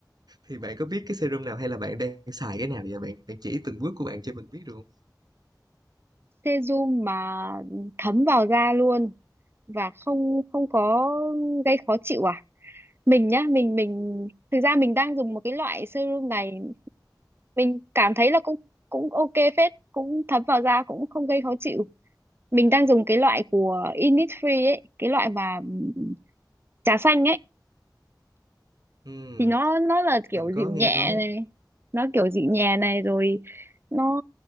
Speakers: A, on the right; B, on the right.
A: Thì bạn có biết cái serum nào hay là bạn đang xài cái nào vậy bạn? Bạn chỉ từng bước của bạn cho mình biết được hông?
B: serum mà thấm vào da luôn và không không có gây khó chịu à mình nhá mình mình thực ra mình đang dùng một cái loại serum này mình cảm thấy là cũng cũng ok phết cũng thấm vào da cũng không gây khó chịu mình đang dùng cái loại của Innisfree ấy cái loại mà ừm, trà xanh ấy
A: Ừm,
B: thì nó nó là kiểu
A: mình có
B: dịu
A: nghe
B: nhẹ
A: nói
B: này nó kiểu dịu nhẹ này rồi nó